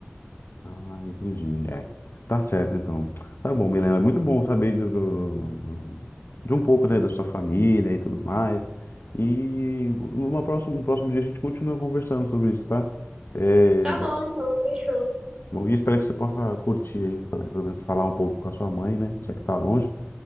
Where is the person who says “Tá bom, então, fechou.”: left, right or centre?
Right